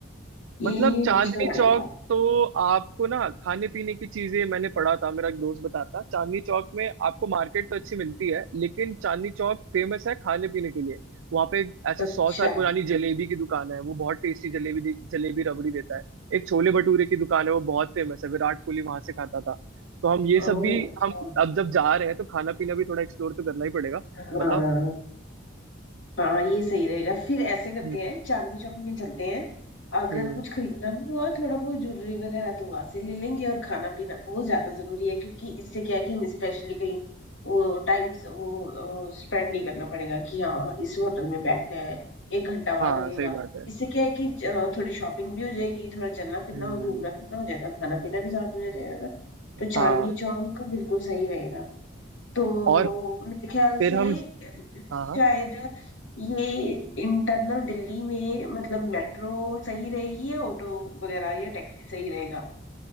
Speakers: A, on the left; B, on the right.
A: ये
B: मतलब चांदनी
A: पूछना पड़ेगा
B: चौक तो आपको ना खाने पीने की चीजें मैंने पढ़ा था मेरा एक दोस्त बता रहा था चांदनी चौक में आपको मार्केट तो अच्छी मिलती है लेकिन चांदनी चौक फेमस है खाने पीने के लिए वहाँ पे एक ऐसे
A: अच्छा
B: सौ साल पुरानी जलेबी की दुकान है वो बहुत टेस्टी जलेबी दे- जलेबी रबड़ी देता है एक छोले भटूरे की दुकान है वो बहुत फेमस है विराट कोहली वहां से खाता था तो हम ये सब
A: ओ
B: भी
A: अच्छा
B: हम अब जब जा रहे हैं तो खाना पीना भी थोड़ा एक्सप्लोर तो करना ही पड़ेगा
A: हाँ
B: बताओ
A: हाँ हाँ ये सही रहेगा फिर ऐसे करते
B: हम्म
A: हैं चांदनी शॉपिंग में चलते हैं अगर
B: हम्म,
A: कुछ खरीदना भी हुआ थोड़ा बहुत ज्वेलरी वगैरह तो वहां से ले लेंगे और खाना पीना वो ज्यादा जरूरी है क्योंकि इससे क्या है कि हम स्पेशली कहीं वो टाइम वो स्पेंड नहीं करना पड़ेगा कि हाँ इस होटल में बैठना है एक घंटा वहां
B: हाँ
A: लगेगा
B: सही बात है
A: इससे क्या है कि अ, थोड़ी शॉपिंग भी हो जाएगी थोड़ा चलना फिरना
B: हम्म
A: और घूमना फिरना हो जाएगा खाना पीना भी साथ में हो जाएगा ना तो चांदनी
B: हाँ
A: चौक बिल्कुल सही रहेगा तो
B: और
A: मेरे ख्याल
B: फिर
A: से
B: हम
A: शायद
B: हाँ
A: ये इंटरनल दिल्ली में मतलब मेट्रो सही रहेगी या ऑटो वगैरह या टैक्सी सही रहेगा